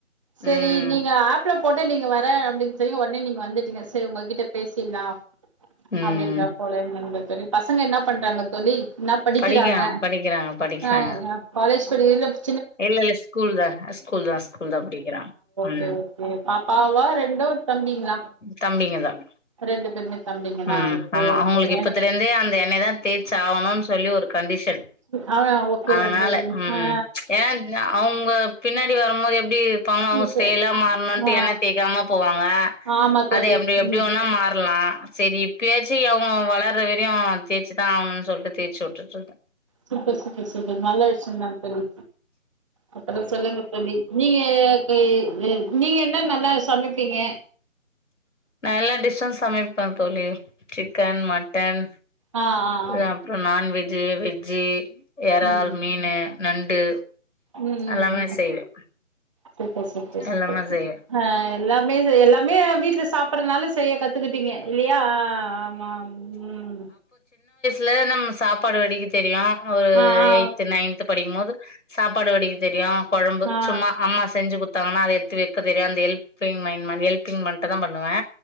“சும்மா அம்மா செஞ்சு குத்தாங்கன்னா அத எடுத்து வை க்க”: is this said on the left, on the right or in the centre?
Left